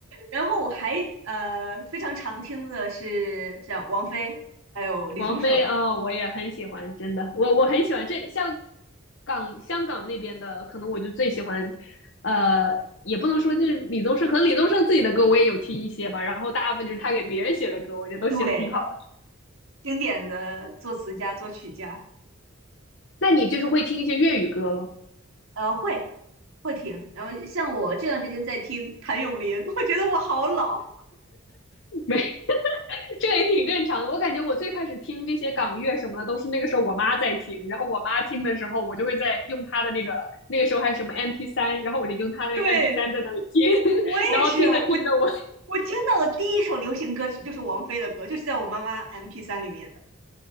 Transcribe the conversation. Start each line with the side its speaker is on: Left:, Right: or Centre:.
Right: 然后我还呃非常常听的是像王菲，还有李宗盛，
Left: 王菲啊、我也很喜欢，真的，我我很喜欢这像港香港那边的，可能我就最喜欢，呃，也不能说就是李宗盛，可能李宗盛自己的歌我也有听一些吧，然后大部分就是他给别人写的歌，
Right: 嗯，
Left: 我觉得都写的挺好的。
Right: 对，经典的作词家、作曲家，
Left: 那你就是会听一些粤语歌咯，
Right: 呃，会会听。然后像我这段时间在听谭咏麟，我觉得我好老，
Left: 没，<laughs> 这个也挺正常的。我感觉我最开始听这些港乐什么的，都是那个时候我妈在听，然后我妈听的时候，我就会在用她的那个那个时候还是什么 MP 三，然后我就用她的那个
Right: 对
Left: MP 三在那里听，
Right: 我也是，
Left: <laughs> 然后听着听着我。
Right: 我我听到的第一首流行歌曲就是王菲的歌，就是在我妈妈 m p 三里面的。